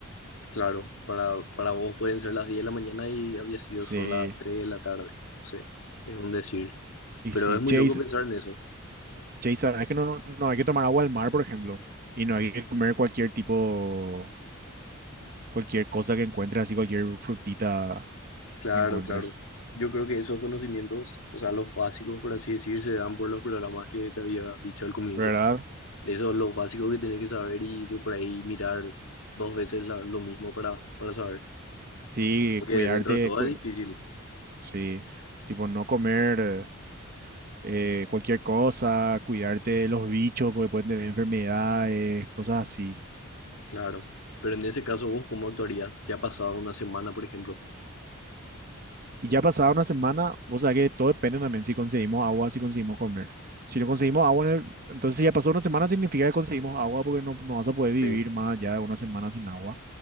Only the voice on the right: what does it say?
Sí.
Y
si
Chase,
Chase, sabes que no, no hay que tomar agua al mar, por ejemplo, y no hay que comer cualquier tipo, cualquier cosa que encuentres, así cualquier frutita
que encuentres,
¿verdad?
Sí,
cuidarte,
cu-
sí, tipo no comer. eh, eh, cualquier cosa, cuidarte de los bichos porque pueden tener enfermedades, cosas así.
Y ya pasada una semana, vos sabés que todo depende también si conseguimos agua, si conseguimos comer. Si no conseguimos agua, en el- entonces si ya pasó una semana significa que conseguimos agua porque no, no vas a poder vivir
más allá de una semana sin agua.